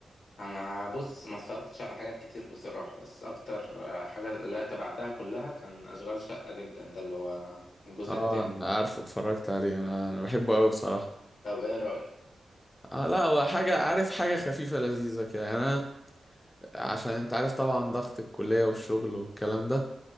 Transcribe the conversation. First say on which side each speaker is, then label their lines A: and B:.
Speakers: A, on the left; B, on the left.
A: انا بص ما اتفرجتش على حاجات كتير بصراحه بس اكتر آه، حاجه اللي تبعتها كلها كان اشغال شقه جدا ده اللي هو الجزء
B: اه
A: التاني
B: أنا عارفه اتفرجت عليه انا أنا بحبه قوي بصراحه
A: طب ايه رايك
B: آه لا هو حاجه عارف حاجه خفيفه لذيذه كده يعني انا عشان انت عارف طبعا ضغط الكليه والشغل والكلام ده